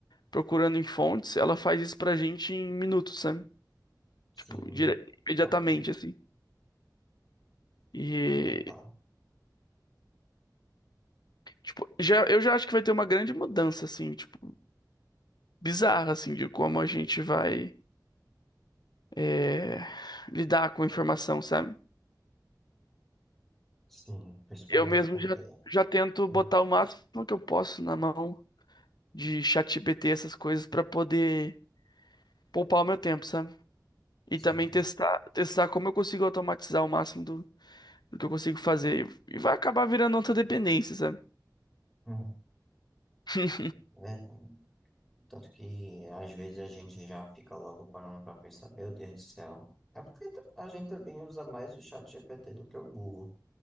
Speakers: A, on the left (about 70°); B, in the centre.
A: procurando em fontes, ela faz isso pra gente em minutos, sabe?
B: sim,
A: Tipo, dire... imediatamente,
B: total,
A: assim. E,
B: total.
A: tipo, já, eu já acho que vai ter uma grande mudança, assim, tipo, bizarra, assim, de como a gente vai é, lidar com a informação, sabe?
B: Sim, principalmente
A: Eu mesmo
B: porque,
A: já, já tento
B: hum,
A: botar o máximo que eu posso na mão de ChatGPT, essas coisas, pra poder poupar o meu tempo, sabe? E
B: sim,
A: também testar, testar como eu consigo automatizar o máximo do, do que eu consigo fazer. E vai acabar virando outra dependência, sabe?
B: hum,
A: <laughs>
B: é verdade. Tanto que às vezes a gente já fica logo parando para pensar, meu Deus do céu. É porque t- a gente também usa mais o chat GPT do que o Google.